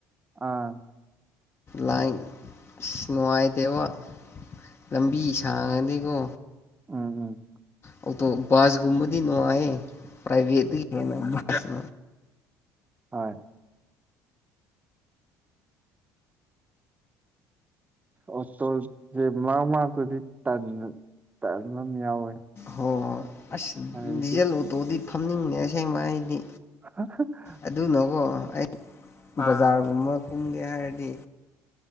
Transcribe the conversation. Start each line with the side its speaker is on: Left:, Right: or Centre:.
Right: ꯑꯥ
Left: ꯂꯥꯏ ꯅꯨꯡꯉꯥꯏꯇꯦꯕ ꯂꯝꯕꯤ ꯁꯥꯡꯉꯗꯤꯀꯣ
Right: ꯎꯝ ꯎꯝ
Left: ꯑꯣꯇꯣ ꯕꯁꯀꯨꯝꯕꯗꯤ ꯅꯨꯡꯉꯥꯏ ꯄ꯭ꯔꯥꯏꯚꯦꯠꯇꯒꯤ ꯍꯦꯟꯅ ꯕꯁ
Right: ꯍꯣꯏ ꯑꯣ ꯇꯣꯁ ꯃꯥ ꯃꯥ ꯑꯗꯨꯗꯤ ꯇ ꯇꯝ ꯌꯥꯎꯋꯦ
Left: ꯍꯣꯏ ꯍꯣꯏ ꯑꯁ
Right: ꯍꯥꯏꯗꯤ
Left: ꯗꯤꯖꯜ ꯑꯣꯇꯣꯗꯤ ꯐꯝꯅꯤꯡꯅꯦ ꯑꯁꯦꯡꯕ ꯑꯩꯗꯤ
Right: ꯍꯥ
Left: ꯑꯗꯨꯅꯀꯣ ꯑꯩ ꯕꯖꯥꯔꯒꯨꯝꯕ ꯀꯨꯝꯒꯦ ꯍꯥꯏꯔꯗꯤ